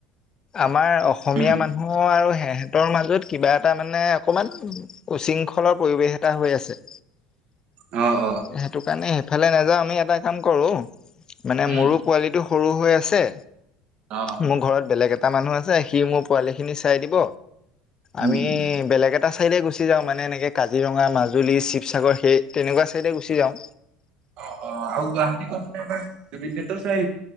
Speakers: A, on the left (about 30°); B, on the right (about 55°).
A: আমাৰ অসমীয়া
B: উম
A: মানুহ আৰু সেহঁতৰ মাজত কিবা এটা মানে অকণমান উশৃংখলৰ পৰিৱেশ এটা হৈ আছে।
B: অ অ
A: সেইটো কাৰণে সেইফালে নাযাওঁ আমি এটা কাম কৰোঁ মানে
B: উম
A: মোৰো পোৱালিটো সৰু হৈ আছে।
B: অহ।
A: মোৰ ঘৰত বেলেগ এটা মানুহ আছে সি মোৰ পোৱালি খিনি চাই দিব
B: উম
A: আমি
B: উম
A: বেলেগ এটা চাইডে গুচি যাওঁ মানে এনেকৈ কাজিৰঙা মাজুলী শিৱসাগৰ সেই তেনেকুৱা ছাইডে গুচি যাওঁ।
B: অ অ আৰু গুৱাহাটী গৈ কেনে এবাৰ জুবিন ক্ষেত্ৰ